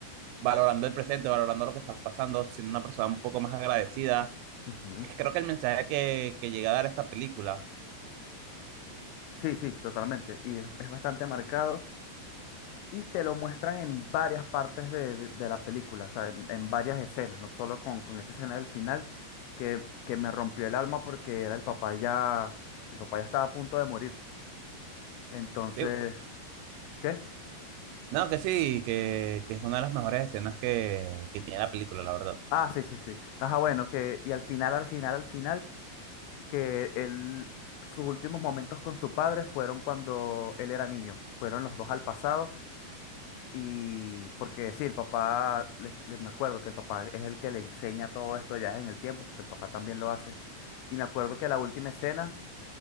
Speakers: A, on the right; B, on the left.
A: valorando el presente, valorando lo que está pasando, siendo una persona un poco más agradecida.
B: Ujú.
A: Es Creo que el mensaje que, que llega a dar esta película,
B: Sí, sí, totalmente. Y es, es bastante marcado. Y te lo muestran en varias partes de, de- de la película, o sea, en, en varias escenas, no solo con, con esta escena del final, que, que me rompió el alma porque era el papá ya, el papá ya estaba a punto de morir. Entonces,
A: digo,
B: ¿qué?
A: no, que sí, que, que es una de las mejores escenas que, que tiene la película, la verdad.
B: Ah, sí, sí, sí. Ajá, bueno, que, y al final, al final, al final, que él, sus últimos momentos con su padre fueron cuando él era niño, fueron los dos al pasado Y porque sí, el papá, le- le- me acuerdo que el papá es el que le enseña todo esto de viajes en el tiempo, porque el papá también lo hace. Y me acuerdo que la última escena,